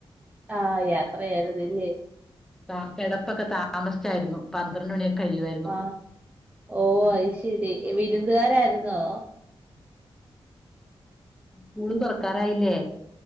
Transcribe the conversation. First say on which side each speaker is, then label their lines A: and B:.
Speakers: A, on the right; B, in the centre.
A: ആഹ് യാത്രയായിരുന്നല്ലേ
B: ആഹ് കെടപ്പൊക്കെ താമസിച്ചായിരുന്നു പന്ത്രണ്ട് മണിയൊക്കെ കഴിയുവായിരുന്നു
A: ആ ഓ ഐശ്ശേരി വിരുന്നുകാരായിരുന്നോ
B: സ്കൂളും തൊറക്കാരായില്ലേ